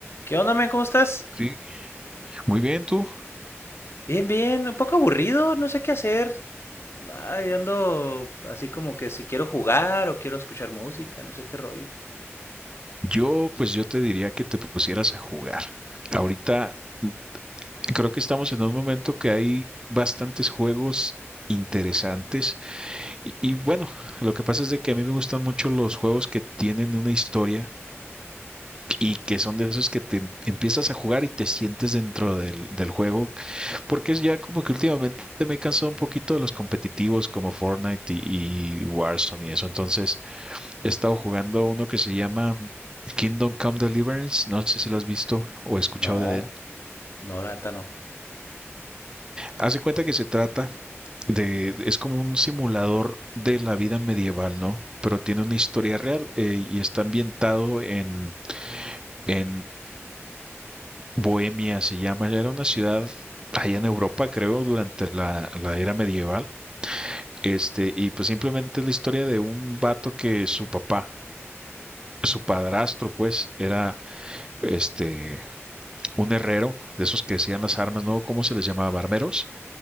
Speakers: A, on the left; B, on the right.
A: ¿Qué onda, men? ¿Cómo estás?
B: Sí, muy bien tú.
A: Bien, bien, un poco aburrido, no sé qué hacer. Ay, ando así como que si quiero jugar o quiero escuchar música, no sé qué rollo.
B: Yo, pues yo te diría que te pusieras a jugar. Ahorita mm, creo que estamos en un momento que hay bastantes juegos interesantes y, y bueno, lo que pasa es de que a mí me gustan mucho los juegos que tienen una historia y que son de esos que te em- empiezas a jugar y te sientes dentro del, del juego, porque es ya como que últimamente me he cansado un poquito de los competitivos como Fortnite y, y Warzone y eso, entonces He estado jugando uno que se llama Kingdom Come Deliverance, no sé si lo has visto o escuchado
A: No,
B: de él.
A: no, la neta no.
B: Hace cuenta que se trata de, es como un simulador de la vida medieval, ¿no? Pero tiene una historia real eh, y está ambientado en, en Bohemia, se llama. Era una ciudad allá en Europa, creo, durante la, la era medieval. Este, y pues simplemente es la historia de un vato que su papá, su padrastro, pues, era este un herrero, de esos que hacían las armas, ¿no? ¿Cómo se les llamaba? Armeros,